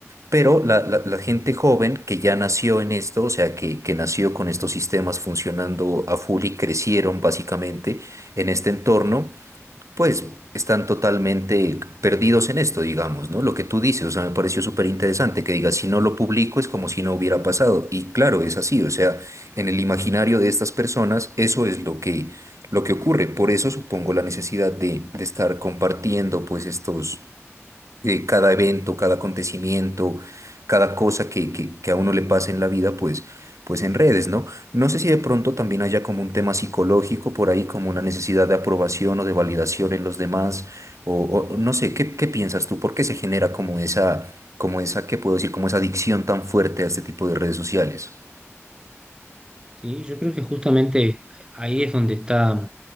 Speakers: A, on the right; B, on the right.
A: pero la, la- la gente joven que ya nació en esto, o sea, que, que nació con estos sistemas funcionando a full y crecieron básicamente en este entorno, pues están totalmente perdidos en esto, digamos, ¿no? Lo que tú dices, o sea, me pareció súper interesante que digas, si no lo publico es como si no hubiera pasado. Y claro, es así, o sea, en el imaginario de estas personas eso es lo que, lo que ocurre. Por eso supongo la necesidad de, de estar compartiendo pues estos eh, cada evento, cada acontecimiento, cada cosa que, que, que a uno le pasa en la vida, pues, pues en redes, ¿no? No sé si de pronto también haya como un tema psicológico por ahí, como una necesidad de aprobación o de validación en los demás, o, o no sé, ¿qué, qué piensas tú? ¿Por qué se genera como esa, como esa, qué puedo decir, como esa adicción tan fuerte a este tipo de redes sociales?
B: Sí, yo creo que justamente ahí es donde está